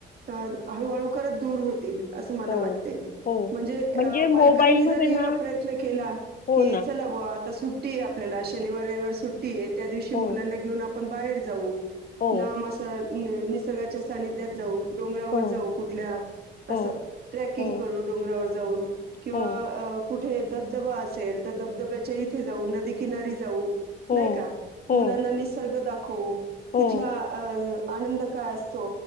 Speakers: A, on the right; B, on the left.
A: अ हळूहळू करत दूर होतील असं मला
B: हो,
A: वाटतंय
B: हो.
A: म्हणजे अ पालकांनी
B: मोबाईलमध्ये
A: जरी
B: ना
A: प्रयत्न केला
B: हो
A: की
B: ना.
A: चला बुआ आता सुट्टी आहे आपल्याला शनिवार रविवार सुट्टी आहे त्या दिवशी
B: हो,
A: मुलांना घेऊन आपण बाहेर जाऊ
B: हो.
A: लांब असं नि निसर्गाच्या सानिध्यात जाऊ डोंगरावर
B: हो,
A: जाऊ कुठल्या असं
B: हो,
A: ट्रॅकिंग
B: हो,
A: करू डोंगरावर जाऊन किंवा
B: हो,
A: कुठ ठं धबधबा असेल तर धबधब्याच्या इथे जाऊ नदी किनारी जाऊ
B: हो,
A: नाही का
B: हो,
A: मुलांना निसर्ग दाखवू
B: हो,
A: तिथला अ आनंद काय असतो